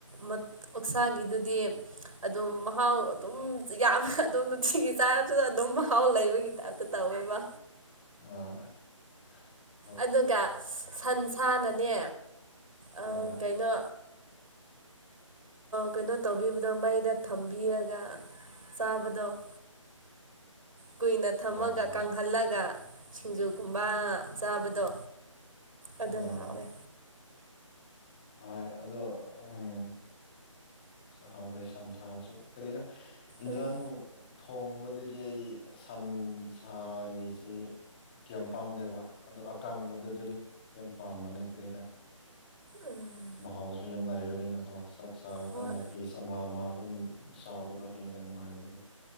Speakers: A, on the right; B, on the left.
A: ꯃꯠ ꯑꯣꯛꯁꯥꯒꯤꯗꯨꯗꯤ ꯑꯗꯨꯝ ꯃꯍꯥꯎ ꯑꯗꯨꯝ ꯌꯥꯝꯅ ꯑꯗꯨꯣꯝ ꯅꯨꯡꯇꯤꯒꯤ ꯆꯥꯏꯞꯇꯗ ꯑꯗꯨꯝ ꯃꯍꯥꯎ ꯂꯩꯕꯒꯤ ꯇꯥꯏꯞ ꯇ ꯇꯧꯋꯦꯕ
B: ꯍꯣꯢ
A: ꯑꯗꯨꯒ ꯁꯟꯁꯥꯅꯅꯦ ꯑ
B: ꯑꯥ
A: ꯀꯩꯅꯣ ꯀꯩꯅꯣ ꯇꯧꯕꯤꯕꯗꯣ ꯃꯩꯗ ꯊꯝꯕꯤꯔꯒ ꯆꯥꯕꯗꯣ
B: <unintelligible>
A: ꯀꯨꯏꯅ ꯊꯝꯃꯒ
B: ꯍꯣꯏ ꯍꯣꯏ
A: ꯀꯪꯍꯜꯂꯒ ꯁꯤꯡꯖꯨꯒꯨꯝꯕ ꯆꯥꯕꯗꯣ ꯑꯗꯨꯝ
B: ꯑꯥ
A: ꯍꯥꯎꯋꯦ
B: ꯍꯣꯏ ꯑꯗꯣ ꯎꯝ ꯍꯥꯎꯋꯦ ꯁꯟ ꯁꯥꯁꯨ ꯀꯔꯤꯔ ꯏꯟꯖꯥꯡ
A: ꯎꯝ
B: ꯊꯣꯡꯕꯗꯗꯤ ꯑꯩꯗꯤ ꯁꯟ ꯁꯥꯥꯒꯤꯁꯤ ꯀꯌꯥꯝ ꯄꯥꯝꯅꯩꯕ ꯑꯗꯣ ꯑꯀꯥꯡꯕꯗꯨꯗꯗꯤ ꯌꯥꯝ ꯄꯥꯝꯕꯅꯦ ꯀꯔꯤꯅ
A: ꯎꯝ
B: ꯃꯍꯥꯎꯁꯨ ꯌꯥꯝ ꯂꯩꯥꯏꯕꯅꯤꯅꯀꯣ ꯆꯥꯛ ꯆꯥꯔꯀꯥꯟꯗ
A: ꯍꯣꯏ
B: ꯐꯤꯁ ꯑꯃ ꯑꯃ ꯑꯗꯨꯝ ꯆꯥꯕꯗꯣ ꯍꯦꯟꯅ ꯅꯨꯡꯉꯥꯏꯔꯒꯅꯤ